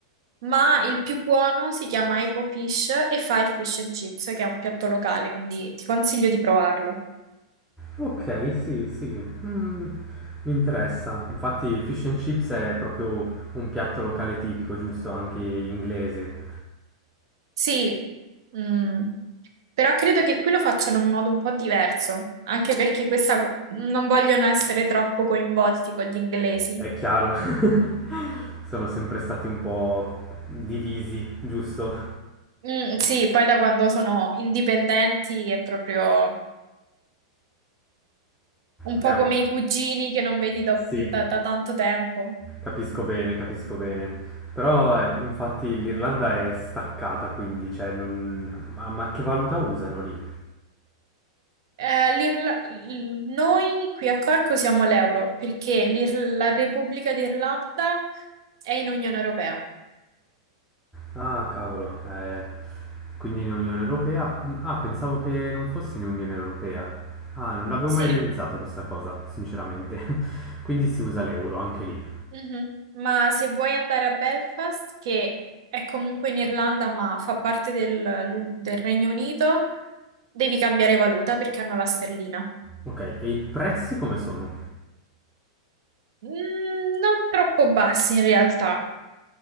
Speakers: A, on the right (about 70°); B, in the centre.
A: ma il più buono si chiama Eco Fish e fa il fish and chips, che è un piatto locale, quindi ti consiglio di provarlo.
B: ok, sì, sì, mm, mi interessa. Infatti, fish and chips è proprio un piatto locale tipico, giusto? Anche inglese.
A: Sì, mm, però credo che qui lo facciano in modo un po' diverso, anche perché questa, non vogliono essere troppo coinvolti con gli inglesi.
B: È chiaro, <laughs> sono sempre stati un po' divisi, giusto?
A: Mm, sì, poi da quando sono indipendenti è proprio un po'
B: È un-
A: come i cugini che non vedi da
B: Sì,
A: da- da tanto tempo.
B: capisco bene, capisco bene. Però eh, infatti l'Irlanda è staccata, quindi, cioè, non... ma, ma che valuta usano lì?
A: Eh, l'Irla- il- Noi qui a Corco siamo all'euro perché l'Ir- la Repubblica d'Irlanda è in Unione Europea.
B: Ah, cavolo, eh, quindi in Unione Europea? Ah, pensavo che non fosse in Unione Europea. Ah, non avevo
A: Sì,
B: mai realizzato questa cosa, sinceramente. <laughs> Quindi si usa l'euro anche lì.
A: mhm. Ma se vuoi andare a Belfast, che è comunque in Irlanda ma fa parte del, del Regno Unito, devi cambiare valuta perché hanno la sterlina.
B: Ok, e i prezzi come sono?
A: Mm, non troppo bassi in realtà.